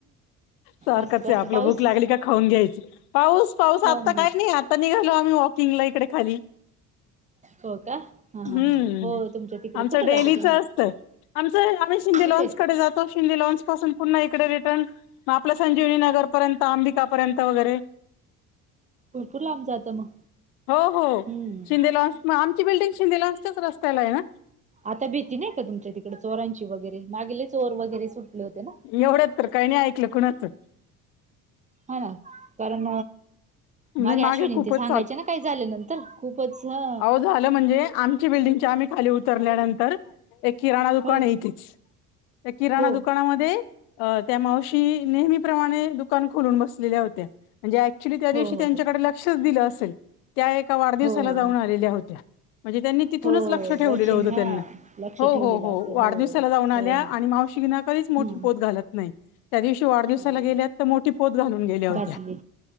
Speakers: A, on the left; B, on the right.
A: सारखच
B: असंच असतं
A: ये आपलं
B: पाऊस
A: भूक लागली का खाऊन घ्यायचं.. पाऊस, पाऊस
B: खाऊन
A: आता
B: घ्यायच.
A: काही नाही. आता निघालो आम्ही वॉकिंगला इकडे खाली.
B: हो का? हा
A: हम्म
B: हा हा हो तुमच्या तिकडे
A: आमचं
B: कुठे
A: डेलीच
B: जाता तुम्ही?
A: असतं आमचं आम्ही शिंदे
B: तिथे
A: लॉनसकडे जातो शिंदे लॉनच पासून पुन्हा इकडे रिटर्न मग आपलं संजीवनी नगरपर्यंत, आंबिकापर्यंत वगैरे
B: भरपूर लांब जात मग,
A: हो हो
B: हम्म
A: शिंदे लॉन्स मग आमची बिल्डिंग शिंदे लॉन्च च्या रस्त्याला आहे ना.
B: आता भीती नाही का तुमच्या तिकडें चोरांची वगैरे मागे ले चोर वगैरे सुटले होते ना?
A: एवढंच तर काही नाही ऐकलं कुणाचं
B: हा ना कारण मागे
A: नाही
B: अश्विनी
A: खूपच
B: ते सांगायचे ना काही झाले नंत तर खूपच हा
A: आओ झालं म्हणजे आमची बिल्डिंगच्या आम्ही खाली उतरल्यानंतर एक किराणा दुकान
B: हो.
A: आहे इथेच त्या किराणा
B: हो
A: दुकानामध्ये अ त्या मावशी नेहमीप्रमाणे दुकान खोलून बसलेल्या होत्या म्हणजे अऍक्च्युली त्या दिवशी
B: हो हो
A: त्यांच्याकडे
B: हो
A: लक्षच दिलं असेल त्या एका वाढदिवसाला
B: हो
A: जाऊन आलेल्या होत्या. म्हणजे त्यांनी तिथूनच
B: हो
A: लक्ष ठेवलेलं
B: वॉचिंग
A: होतं
B: हा
A: त्यांना
B: लक्ष
A: हो
B: ठेवलेलं
A: हो हो
B: असेल
A: वाढदिवसाला जाऊन आल्या
B: हो हो
A: आणि मावशी ना कधीच मोठीे
B: हम्म
A: पोत घालत नाही. त्या दिवशी वाढदिवसाला
B: अरे
A: गेल्यात तर मोठी पोत घालून गेल्या होत्या
B: घातली